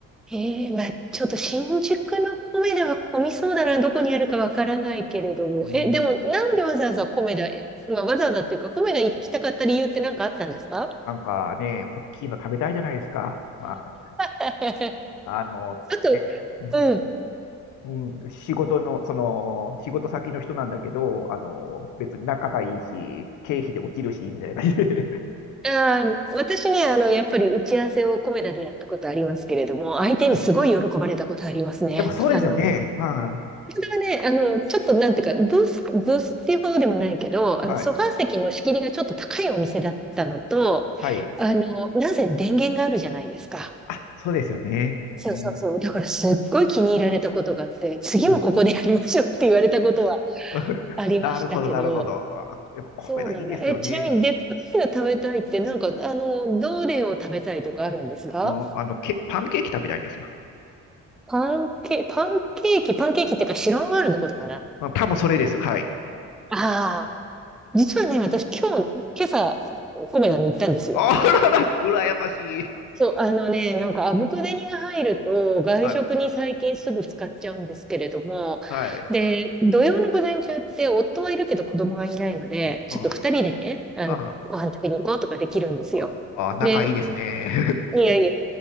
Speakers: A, in the centre; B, on the left.
A: ええ、まあ、ちょっと新宿のコメダは混みそうだな、どこにあるかわからないけれども。
B: うん、
A: え、でも、なんでわざわざコメダへ、まあ、わざわざっていうか、コメダ行きたかった理由って何かあったんですか
B: なんかね、大きいの食べたいじゃないですか。まあ、
A: <laughs> あ
B: あの、
A: と、
B: ね、うん
A: うん。
B: うん、仕事の、その、仕事先の人なんだけど、あの、別に仲がいいし、経費で落ちるし、みたいな感じで。
A: あー、私ね、あの、やっぱり打ち合わせをコメダでやったことありますけれども、相手にすごい喜ばれたことありますね。
B: <laughs> はいやっぱそうですよね。
A: あの、
B: は
A: はね、あの、ちょっとなんていうか、ブース、ブースっていうほどでもないけど、あの、
B: い。はい。
A: ソファー席の仕切りがちょっと高いお店だったのと、
B: はい。
A: あの、なぜ電源があるじゃないですか。
B: あ、そうですよね。
A: そうそうそう。
B: うん。
A: だからすっごい気に入られたことがあって、次もここでやりましょうって言われたことは
B: はい。<laughs>
A: ありましたけど、
B: なるほど、なるほど。あやっぱコメダいいですよね。
A: そうなんだ。え、ちなみに、でっかいの食べたいって、なんか、あの、どれを食べたいとかあるんですか
B: うん、あの、け、パンケーキ食べたいんですよ。
A: パンケ、パンケーキ、パンケーキっていうか、白ノワールのことかな。あ
B: うん、多分それです。はい。
A: あ。実はね、私今日、今朝、コメダに行ったんですよ。
B: あらら、羨ましい。
A: そう、あのね、なんか、あぶく銭が入ると、外食に最近すぐ使っちゃうんですけれども、
B: はい。はい。
A: で、土曜の午前中って、夫はいるけど子供がいないので、
B: うん、
A: ちょっと二人でね、あの、
B: あ
A: ご飯食べに行こうとかできるんですよ。
B: あ、あ、仲いいですね。
A: で、いやいや、